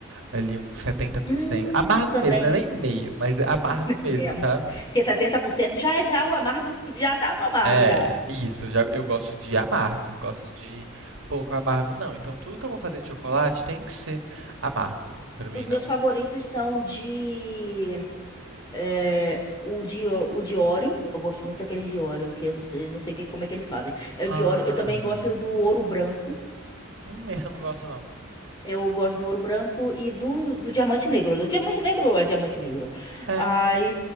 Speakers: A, on the right; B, on the left.
A: ali uns setenta por
B: Hum,
A: cento Amargo
B: também.
A: mesmo, não é nem meio, mas é amargo
B: <laughs>
A: mesmo,
B: Mesmo.
A: sabe?
B: Porque 70% já é já o amargo, já tá no amargo
A: É,
B: já.
A: isso, eu, já, eu gosto de amargo, não gosto de pouco amargo, não. Então tudo que eu vou fazer de chocolate tem que ser amargo. Pra mim
B: Os meus
A: não.
B: favoritos são de é, o de o de Oreo. Eu gosto muito daqueles de Oreo, que eu não sei, não sei que- como é que eles fazem. É
A: Ah.
B: o de Oreo. Eu também gosto do ouro branco.
A: Hum, esse eu não gosto, não.
B: Eu gosto do ouro branco e do, do diamante negro. O diamante negro é diamante negro.
A: É.
B: Aí